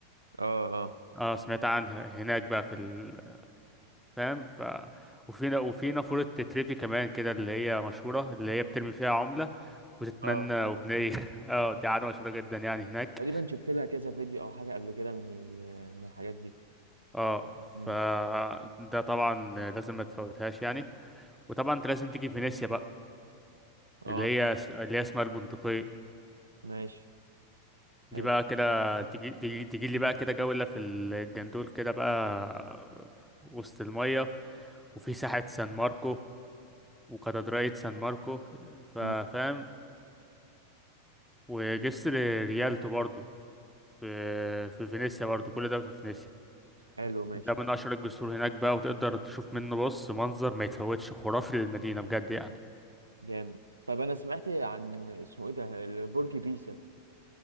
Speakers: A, on the right; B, in the centre.
A: اه اه
B: اه سمعت عنها هناك بقى في ال... فاهم ف وفي وفي نافورة تريفي كمان كده اللي هي مشهورة اللي هي بترمي فيها عملة وتتمنى
A: اه
B: أمنية
A: آه.
B: <laughs> اه دي عادة مشهورة جدا يعني هناك
A: تقريبا شفت لها كذا فيديو او حاجه قبل كده من ال- من الحاجات دي
B: اه ف
A: امم
B: ده طبعا لازم ما تفوتهاش يعني وطبعا انت لازم تيجي فينيسيا بقى
A: اه
B: اللي هي اللي هي اسمها البندقية
A: ماشي
B: دي
A: حلو
B: بقى كده تجي تجي تجي لي بقى كده جولة في الجندول كده بقى وسط المية وفي ساحة سان ماركو وكاتدرائية سان ماركو فاهم
A: امم
B: وجسر ريالتو برضو في في فينيسيا برضو كل ده في فينيسيا
A: حلو ماشي
B: ده من أشهر الجسور هناك بقى وتقدر تشوف منه بص منظر ما يتفوتش خرافي للمدينة بجد يعني
A: جامد طب انا سمعت عن اسمه ايه ده برج بيزا